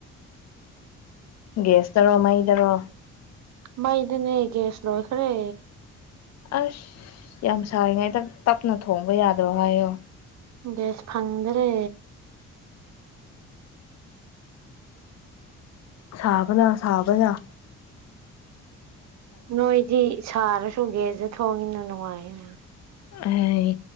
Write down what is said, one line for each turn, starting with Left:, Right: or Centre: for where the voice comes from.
Left: ꯒꯦꯁꯇꯔꯣ ꯃꯩꯗꯔꯣ
Right: ꯃꯥꯏꯗꯤꯅꯦꯒꯦꯁꯂꯣ ꯈꯔꯦ
Left: ꯑꯁ ꯌꯥꯝ ꯁꯥꯔꯤꯉꯩꯗꯪ ꯇꯞꯅ ꯊꯣꯡꯕ ꯌꯥꯗ꯭ꯔꯣ ꯍꯥꯏꯌꯣ
Right: ꯒꯦꯁ ꯐꯪꯗ꯭ꯔꯦ
Left: ꯁꯥꯥꯕꯅ ꯁꯥꯥꯕꯅ
Right: ꯅꯣꯏꯗꯤ ꯁꯔ ꯆꯨꯒꯦꯁꯦ ꯊꯣꯡꯉꯤꯅ ꯅꯨꯡꯉꯥꯏꯅ
Left: ꯑꯦ